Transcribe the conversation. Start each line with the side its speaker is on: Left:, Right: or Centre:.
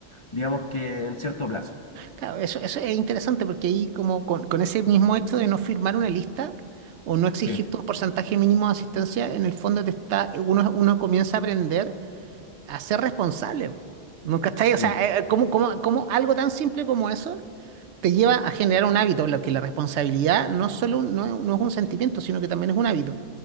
Left: digamos que en cierto plazo.
Right: claro, eso, eso es interesante porque ahí como con, con ese mismo hecho de no firmar una lista o no exigirte
Left: Sí,
Right: un porcentaje mínimo de asistencia, en el fondo te está, uno, uno comienza a aprender a ser responsable. ¿No cachai?
Left: sí,
Right: O sea, eh, eh, ¿cómo, cómo- cómo algo tan simple como eso te lleva a generar un hábito? Lo que la responsabilidad no es solo un- no es, no es un sentimiento, sino que también es un hábito.